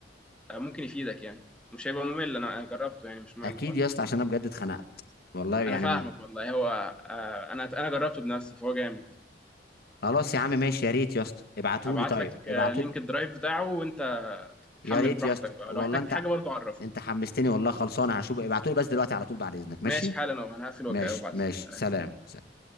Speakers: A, in the centre; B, on the left.
A: آه، ممكن يفيدك يعني مش هيبقى ممل انا أنا جربته يعني مش ممل
B: اكيد
A: خالص
B: يا اسطى عشان انا بجد اتخنقت والله يعني
A: انا فاهمك
B: م-
A: والله هو آه، انا انا جربته بنفسي فهو جامد
B: خلاص يا عم ماشي يا ريت يا اسطى ابعتولي
A: ابعت
B: طيب
A: لك
B: ابعتولي
A: آه، لينك الدرايف بتاعه وانت
B: يا
A: حمل
B: ريت
A: براحتك
B: يا اسطى
A: بقى
B: والله
A: لو احتجت
B: انت
A: حاجه برضو عرفني
B: انت حمستني والله خلصانه هشوف ابعتولي بس دلوقتي على طول بعد اذنك ماشي
A: ماشي حالا انا هقفل
B: ماشي
A: وابعت
B: ماشي
A: لك سلام
B: سلام سلام.